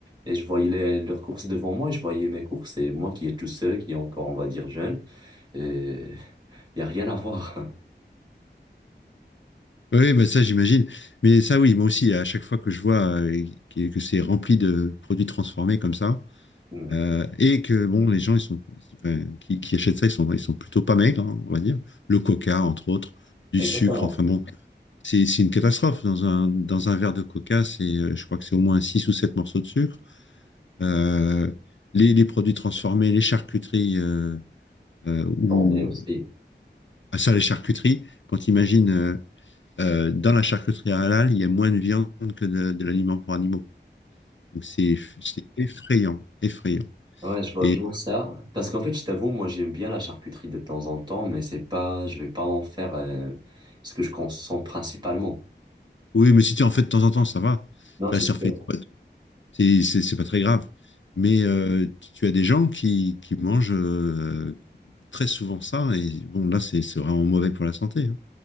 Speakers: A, on the right; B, on the left.
A: et je voyais les- leurs courses devant moi et je voyais mes courses. Et moi qui est tout seul, qui est encore, on va dire, jeune, et y a rien à voir. <laughs>
B: Oui, bah ça j'imagine. Mais ça oui, moi aussi, à chaque fois que je vois euh, que, que c'est rempli de produits transformés comme ça,
A: Hmm.
B: euh, et que bon, les gens ils sont, enfin, qui, qui achètent ça, ils sont, ils sont plutôt pas maigres, hein, on va dire. Le coca entre autres, du
A: Exactement.
B: sucre, enfin
A: c'est
B: bon, C'est c'est une catastrophe. Dans un, dans un verre de coca, c'est, euh, je crois que c'est au moins 6 ou 7 morceaux de sucre. Euh, les, les produits transformés, les charcuteries, euh, euh, ou
A: Formé aussi.
B: ah, ça, les charcuteries, quand imagine euh, euh, dans la charcuterie halal, il y a moins de viande que de, de l'aliment pour animaux. Donc c'est c'est effrayant, effrayant.
A: Ouais, je vois
B: Et
A: bien ça. Parce qu'en fait, je t'avoue, moi, j'aime bien la charcuterie de temps en temps, mais c'est pas, je vais pas en faire euh, ce que je consomme principalement.
B: oui, mais si tu en fais de temps en temps, ça va.
A: Non,
B: Tu
A: c'est
B: vas surfer
A: sûr.
B: une fois, c'est c'est- c'est pas très grave. Mais euh, tu as des gens qui, qui mangent euh, très souvent ça. Et bon, là, c'est c'est vraiment mauvais pour la santé. hein.